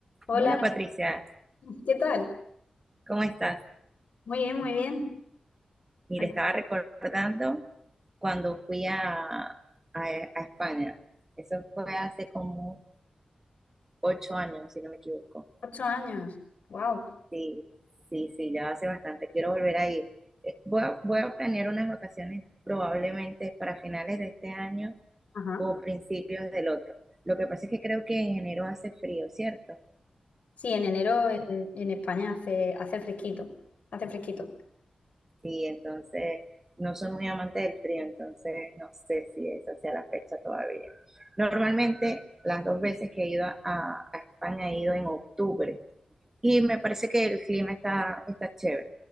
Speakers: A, on the left; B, on the right.
A: Hola,
B: Hola Patricia,
A: Noelia. ¿qué tal?
B: ¿cómo estás?
A: Muy bien, muy bien.
B: Mira,
A: Ay,
B: estaba recordando cuando fui a, a- a España. Eso fue hace como ocho años, si no me equivoco.
A: Ocho años. Wow.
B: Sí, sí, sí, ya hace bastante. Quiero volver a ir. Eh, Voy a, voy a planear unas vacaciones probablemente para finales de este año
A: Ajá.
B: o principios del otro. Lo que pasa es que creo que en enero hace frío, ¿cierto?
A: Sí, en enero en, en España hace, hace fresquito. Hace fresquito.
B: Sí, entonces no soy muy amante del frío, entonces no sé si esa sea la fecha todavía. Normalmente las dos veces que he ido a, a España he ido en octubre y me parece que el clima está, está chévere,